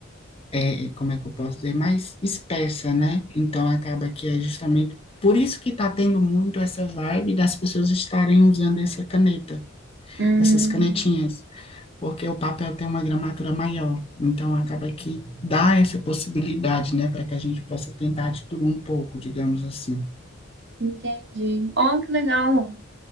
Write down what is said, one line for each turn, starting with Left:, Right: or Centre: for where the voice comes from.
Left: é, como é que eu posso dizer, mais espessa, né? Então acaba que é justamente por isso que tá tendo muito essa vibe das pessoas estarem usando essa caneta,
Right: Hum,
Left: essas canetinhas, porque o papel tem uma gramatura maior, então acaba que dá essa possibilidade, né, para que a gente possa tentar de tudo um pouco, digamos assim.
Right: entendi. Oh, que legal.